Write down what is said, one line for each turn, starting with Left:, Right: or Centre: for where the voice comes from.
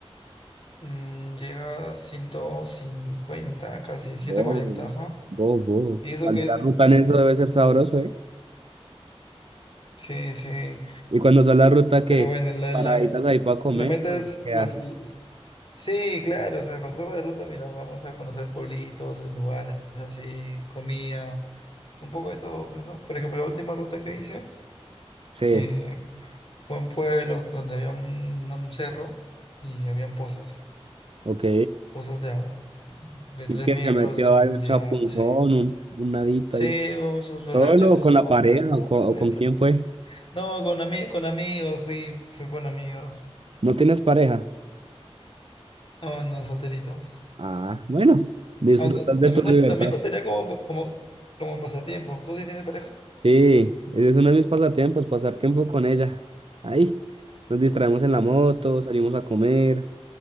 Left: Mm, llega a 150, casi 140,
Right: Wow,
Left: ajá.
Right: wow, wow.
Left: Y eso
Right: Salir
Left: que es
Right: a
Left: este.
Right: ruta en eso debe ser sabroso, ¿eh?
Left: Sí, sí.
Right: Y cuando sale a ruta, que
Left: Pero bueno, la,
Right: ¿Paraditas
Left: la,
Right: ahí para comer
Left: la meta
Right: o
Left: es
Right: qué
Left: las.
Right: hace.
Left: Sí, claro, o sea, cuando salgo de ruta, mira, vamos a conocer pueblitos, eh, lugares así, comida, un poco de todo, pues, ¿no? Por ejemplo, la última ruta que hice
Right: Sí,
Left: eh, fue un pueblo donde había un, un cerro y habían pozos,
Right: ok.
Left: pozos de agua, de
Right: Y
Left: 3
Right: que
Left: metros
Right: se metió
Left: de profundidad,
Right: ahí un chapunzón,
Left: así.
Right: un, un nadito
Left: Sí,
Right: ahí.
Left: o su, su
Right: ¿Solo
Left: real chapuzón,
Right: o con la pareja
Left: pues, ¿no?
Right: o con, o
Left: Ahorita-
Right: con quién fue?
Left: No, con, ami- con amigos, fui, fui con amigos.
Right: ¿No tienes pareja?
Left: No, no, solterito.
Right: Ah, bueno, disfrutar
Left: Aunque
Right: de
Left: también,
Right: tu libertad.
Left: cuen- también contaría como, como, como pasatiempo. ¿Tú sí tienes pareja?
Right: Sí, ese es uno de mis pasatiempos, pasar tiempo con ella. Ahí, nos distraemos en la moto, salimos a comer,